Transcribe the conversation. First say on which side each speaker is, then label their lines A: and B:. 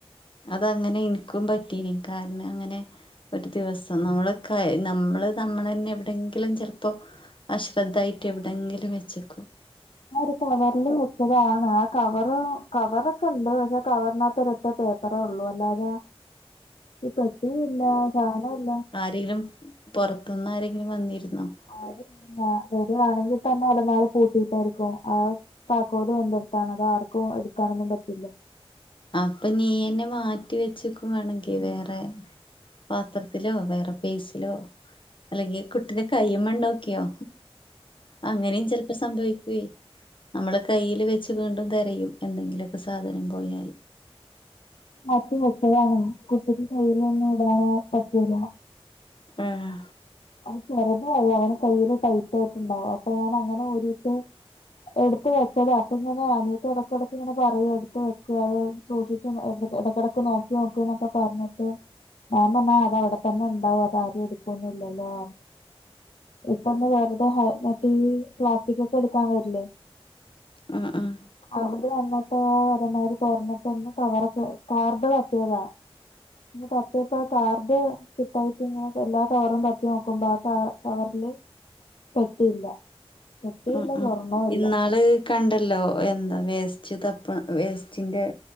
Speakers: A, on the left; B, on the left.
A: അതങ്ങനെ ഇൻക്കും പറ്റീനി കാരണം അങ്ങനെ ഒരു ദിവസം നമ്മള കൈ നമ്മള് നമ്മൾ തന്നെ എവിടെങ്കിലും ചെലപ്പോ അശ്രദ്ധായിട്ട് എവിടെയെങ്കിലും വെച്ചക്കും
B: ഞാൻ ഒരു കവറിൽ വെച്ചതാണ് ആ കവർ കവറൊക്കെ ഉണ്ട് പക്ഷെ കവറിനകത്ത് കത്ത് ഒരൊറ്റ പേപ്പറേ ഉള്ളൂ അല്ലാതെ ഈ പെട്ടിയും ഇല്ല സാധനംല്ല
A: ആരെലും പുറത്തുനിന്ന് ആരെങ്കിലും വന്നിരുന്നോ
B: അ വരുവാണെങ്കിൽ തന്നെ അലമാര പൂട്ടിട്ടായിരിക്കും ആ താക്കോലും എന്റെടുത്താണ് അത് ആർക്കും എടുക്കാനൊന്നും പറ്റില്ല.
A: അപ്പൊ നീ എന്നെ മാറ്റി വെച്ചക്കും വേണെങ്കി വേറെ പാത്രത്തിലോ വേറെ പേഴ്സിലോ അല്ലെങ്കിൽ കുട്ടിയുടെ കയ്യുമ്മെ ഉണ്ടോക്കിയോ അങ്ങനെയും ചെലപ്പോ സംഭവിക്കേ നമ്മള് കയ്യിൽ വെച്ച് വീണ്ടും തിരയും എന്തെങ്കിലൊക്കെ സാധനം പോയാൽ
B: മാറ്റിവെച്ചതാണ് കുട്ടിക്ക് കയ്ൽ ഒന്നും ഇടാൻ പറ്റൂല
A: ആഹ
B: അവന് ചെറുതായി അവന് കയ്യിൽ ടൈറ്റ് ആയിട്ട്ണ്ടാവും അപ്പൊ ഞൻ അങ്ങനെ ഊരിയിട്ട് എടുത്ത വെച്ചത അപ്പൊ ഇങ്ങനെ അനിയത്തി ഇടക്കിടക്ക് ഇങ്ങനെ പറയും എടുത്ത് വെക്ക്‌ അത് സൂക്ഷിച്ചു ഇട ഇടക്കിടക്ക് നോക്കി നോക്ക്‌ എന്നൊക്കെ പറഞ്ഞിട്ട് ഞാൻ പറഞ്ഞു അത അവിടെ തന്നെ ഉണ്ടാവും അതാരും എടുക്കൊന്നും ഇല്ലല്ലോന്ന് ഇപ്പൊന്ന് വെറുതെ ഹ മറ്റെ ഈ പ്ലാസ്റ്റിക് ഒക്കെ എടുക്കാൻ വരില്ലേ
A: ഉം ഉം
B: അവര് വന്നിട്ട ആ അലമാര് തറന്നിട്ട് ഒന്ന് കവറക്കെ കാർഡ് തപ്പിയതാ തപ്പിയപ്പോ കാർഡ് കിട്ടായിട്ട് ഇങ്ങനെ എല്ലാ കവറും തപ്പി നോക്കുമ്പോ ആ കവറില് പെട്ടിയില്ല പെട്ടിയില്ല
A: ഉം ഉം
B: സ്വർണ്ണവും ഇല്ല
A: ഇന്നാള് കണ്ടല്ലോ എന്താ വേസ്റ്റ് തപ്പ വേസ്റ്റിന്റെ